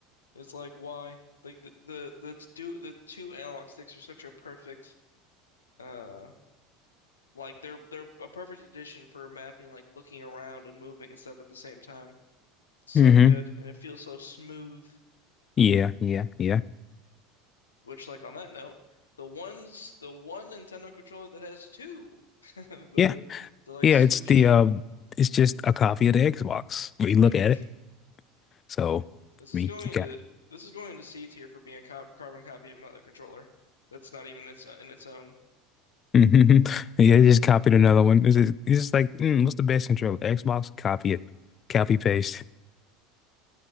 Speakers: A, on the left (about 85°); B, on the left (about 35°).
A: is like why? Like the the the two the two analog sticks are such a perfect uh like they're they're a perfect addition for mapping like looking around and moving and stuff at the same time. So
B: Mm-hmm.
A: good and it feels so smooth.
B: Yeah, yeah, yeah,
A: Which like on that note, the ones the one Nintendo controller that has two <laughs> the
B: yeah,
A: the like
B: yeah.
A: Switch
B: It's the um, it's just a copy of the Xbox. We
A: pretty
B: look
A: much.
B: at it. So, I
A: This is
B: mean,
A: going
B: you
A: into
B: got.
A: this is going into C tier for being a co carbon copy of another controller. That's not even its uh, in its own.
B: <laughs> hmm Yeah,
A: Uh,
B: they just copied another one. It's just, it's just like, mm, what's the best controller? Xbox. Copy it. Copy paste. You